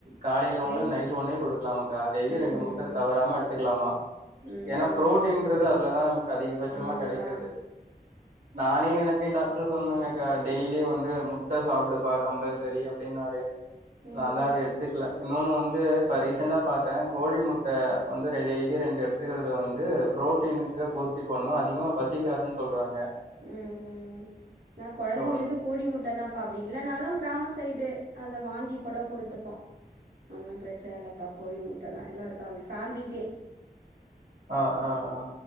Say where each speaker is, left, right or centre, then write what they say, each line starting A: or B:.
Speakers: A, on the right; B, on the right.
A: காலைல ஒண்ணு
B: டெய்
A: நைட் ஒண்ணே குடுக்கலாமாக்கா டெய்லி
B: ம்
A: ரெண்டு
B: ம்
A: முட்ட தவறாம எடுத்துக்லாமா
B: ம்
A: ஏன்னா
B: ம்
A: புரோட்டீன்ன்றது அதுலதா நமக்கு அதிகபட்சமா
B: ஆமாம்ப்பா
A: கெடைக்கிறது நானே எனக்கு டாக்டர் சொன்னாங்கக்கா டெய்லி வந்து முட்ட சாப்புடுப்பா கம்பல் சரி அப்டின்னாரு
B: ம்
A: நாலா அது எடுத்துக்ல இன்னொன்னு வந் து இப்போ ரீசண்டா பாத்த கோழி மூட்ட வந்து ந டெய்லி ரெண்டு எடுத்துக்குறது வந்து பு்ரோட்டீனுக்கு பூர்த்தி பண்ணு அதிகமா பசிக்காதுன் சொல்றாங்க
B: ம் ம் ம் நா கொழந்தைங்களுக்கு
A: சோ
B: கோழி முட்டதாம்ப்பா அப்பயடி இல்லன்னாலு கிராமொ சை டு அத வாங்கி கூடொ குடுத்துப்போ ஒன்னும் ப்ரச்சன இல்லப்பா கோழி முட்டைதா எல்லாரு க்க ஃபேம்லிக்கி
A: அ அ அ